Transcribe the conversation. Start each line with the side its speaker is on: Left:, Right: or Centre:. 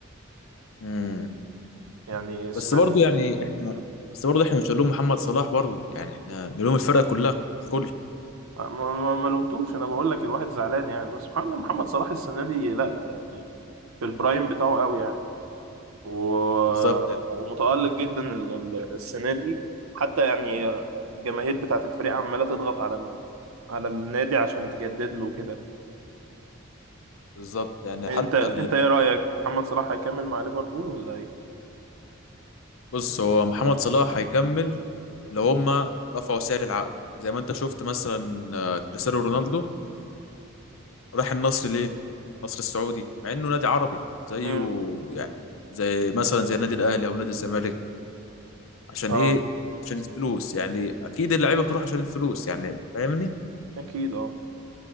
Left: امم
Right: يعني السنة
Left: بس برضه
Right: دي
Left: يعني احنا
Right: مم.
Left: بس برضه احنا مش هنلوم محمد صلاح برضه يعني احنا نلوم الفرقه كلها ككل
Right: ما ما- ما لومتوش انا بقول لك الواحد زعلان يعني بس سبحان الله محمد صلاح السنة دي لا يعني في البرايم بتاعه قوي يعني و-
Left: بالظبط يعني
Right: ومتألق جدا مم. ال- ال- السنة دي حتى يعني الجماهير بتاعة الفريق عمالة تضغط على ال... على النادي عشان تجدد له كده
Left: بالظبط يعني
Right: انت
Left: حتى
Right: انت ايه رأيك محمد صلاح هيكمل مع ليفربول ولا ايه
Left: بص هو محمد صلاح هيكمل لو هما رفعوا سعر العقد زي ما انت شفت مثلا آه، كريستيانو رونالدو راح النصر ليه؟ النصر السعودي مع انه نادي عربي زيه
Right: امم
Left: يعني زي مثلا زي النادي الاهلي او نادي الزمالك عشان
Right: اه
Left: ايه؟ عشان الفلوس يعني اكيد اللعيبه بتروح عشان الفلوس يعني فاهمني؟
Right: اكيد اه